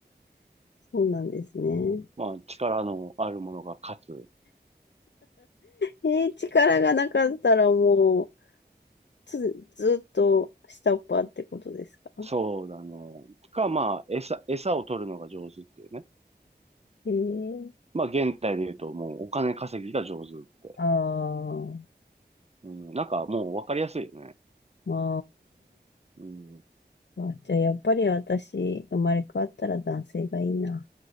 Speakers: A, on the left; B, on the right.
A: そうなんですね。
B: まあ、力のあるものが勝つ。
A: えー力がなかったらもう、つ、ずっと下っ端ってことですか。
B: そうだね。か、まあ、餌、餌を取るのが上手っていうね。
A: えー
B: まあ、現代で言うと、もうお金稼ぎが上手って。
A: ああ、
B: うん、なんかもうわかりやすいよね。
A: ま
B: うん。
A: あ、じゃあやっぱり私、生まれ変わったら男性がいいな。